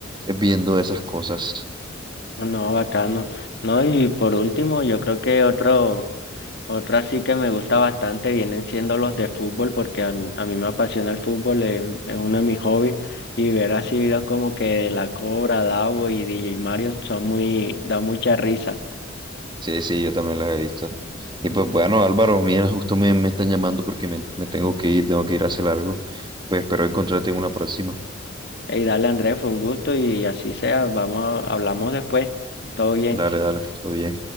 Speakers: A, on the right; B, on the left.
A: eh, viendo esas cosas.
B: No, bacano. No, y por último, yo creo que otro. Otra sí que me gusta bastante vienen siendo los de fútbol porque a mí, a mí me apasiona el fútbol, es, es uno de mis hobbies y ver así videos como que de La Cobra, Davo y DJ Mario son muy, da mucha risa.
A: Sí, sí, yo también las he visto. Y pues bueno, Álvaro, mira, justo me, me están llamando porque me, me tengo que ir, tengo que ir a hacer algo. Pues espero encontrarte en una próxima.
B: Y dale Andrés, fue un gusto y así sea, vamos, a- hablamos después. Todo bien.
A: Dale, dale, todo bien.